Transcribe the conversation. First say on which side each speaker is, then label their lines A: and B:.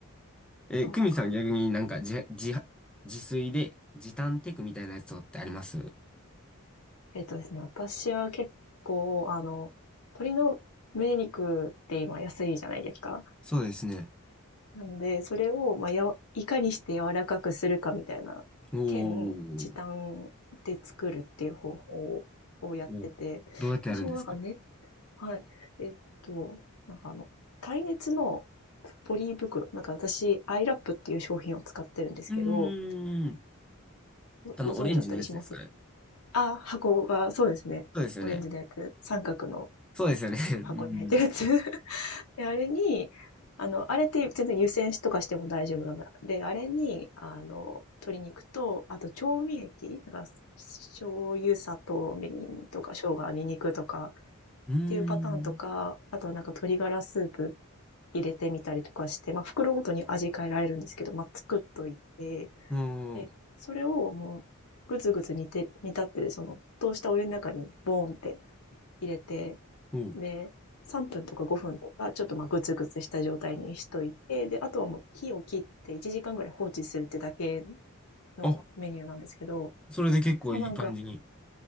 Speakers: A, in the centre; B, on the left (about 85°).
A: え、
B: そうか。
A: クミさん逆になんか自、自、自炊で時短テクみたいなやつとかってあります
B: えっとですね、私は結構、あの、鶏の胸肉って今安いじゃないですか。
A: そうですね。
B: なので、それを、まあ、やわ、いかにして柔らかくするかみたいな、
A: おー。
B: 兼時短で作るっていう方法をやってて、
A: おーどうやってやるんですか
B: 私もなんかね、はい、えっと、なんかあの、耐熱のポリ袋、なんか私、アイラップっていう商品を使ってるんですけど、
A: うーん。
B: ごご存知だったりします
A: あの、オレンジのやつですかね。
B: あ、箱が、そうですね。
A: そうですよね。
B: オレンジのやつ、三角の
A: そうですよね。<laughs>
B: 箱に入ってるやつ <laughs>。で、あれに、あの、あれって全然湯煎しとかしても大丈夫なの。で、あれに、あの、鶏肉と、あと調味液だから、醤油、砂糖、みりんとか、生姜、ニンニクとか、っ
A: うん。
B: ていうパターンとか、あとはなんか鶏ガラスープ入れてみたりとかして、まあ、袋ごとに味変えられるんですけど、まあ、作っといて、
A: うーん。
B: で、
A: おー
B: それをもう、ぐつぐつ煮て、煮立ってる、その、沸騰したお湯の中に、ボーンって入れて、
A: おー。
B: で、3分とか5分とか、ちょっとまあグツグツした状態にしといて、で、あとはもう火を切って1時間ぐらい放置するってだけのメニューなんですけど、
A: あ、それで結構いい感じに。
B: さなんか、